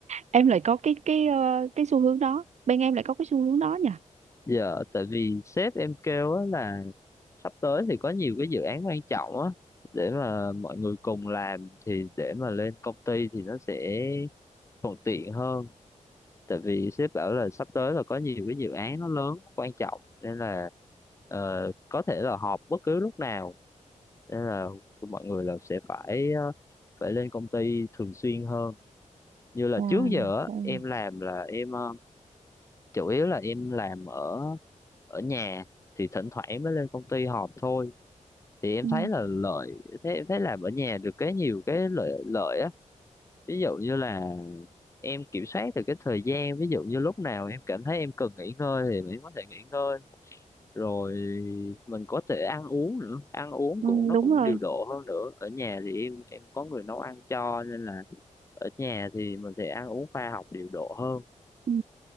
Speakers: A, on the right; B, on the left.
A: em lại có cái cái ờ, cái xu hướng đó. Bên em lại có cái xu hướng đó nhỉ?
B: Dạ, tại vì sếp em kêu á là sắp tới thì có nhiều cái dự án quan trọng á để mà mọi người cùng làm thì để mà lên công ty thì nó sẽ thuận tiện hơn. Tại vì sếp bảo là sắp tới là có nhiều cái dự án nó lớn, nó quan trọng nên là ờ, có thể là họp bất cứ lúc nào nên là mọi người là sẽ phải ờ, phải lên công ty thường xuyên hơn. Như là
A: À,
B: trước giờ á,
A: vâng.
B: em làm là em ờ, chủ yếu là em làm ở ở nhà thì thỉnh thoảng em mới lên công ty họp thôi thì em
A: Ừ,
B: thấy là lợi thế em thấy làm ở nhà được cái nhiều cái lợi lợi á ví dụ như là em kiểm soát được cái thời gian ví dụ như lúc nào em cảm thấy em cần nghỉ ngơi thì mình có thể nghỉ ngơi rồi mình có thể ăn uống nữa ăn uống
A: ừ,
B: cũng nó
A: đúng
B: cũng
A: rồi.
B: điều độ hơn nữa ở nhà thì em em có người nấu ăn cho nên là ở nhà thì mình sẽ ăn uống khoa học điều độ hơn
A: Ừ.